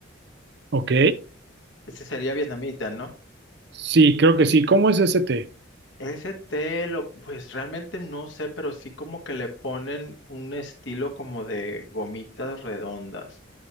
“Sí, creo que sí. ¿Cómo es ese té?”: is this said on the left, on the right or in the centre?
Right